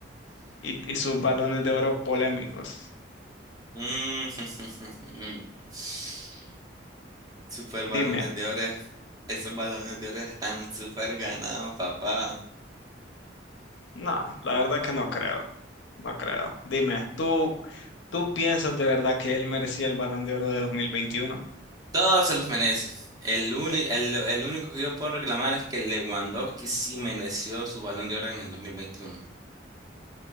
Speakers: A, on the left (about 75°); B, on the right (about 20°).
A: y, y sus balones de oro polémicos.
B: Mm, <laughs> Super
A: Dime,
B: balones de oro. Esos balones de oro están super ganados, papá.
A: no, la verdad que no creo, no creo. Dime, ¿tú, tú piensas de verdad que él merecía el balón de oro de 2021?
B: Todos se los merece. El único, el, el único que yo puedo reclamar es que Lewandowski sí mereció su balón de oro en el 2021.